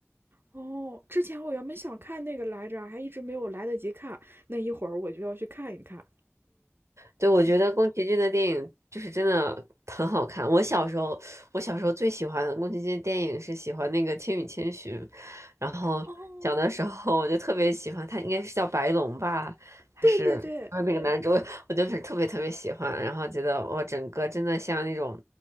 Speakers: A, on the right; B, on the right.
A: 哦，之前我原本想看那个来着，还一直没有来得及看。那一会儿我就要去看一看。
B: 对，我觉得宫崎骏的电影就是真的很好看。
A: 就
B: 我小时候，我小时候最喜欢的宫崎骏电影是喜欢那个《千与千寻》，然后小的时候我就特别喜欢他，
A: 哦，
B: 应该是叫白龙吧，还是啊那个男主，
A: 对对对，
B: <laughs> 我就是特别特别喜欢，然后觉得哇，整个真的像那种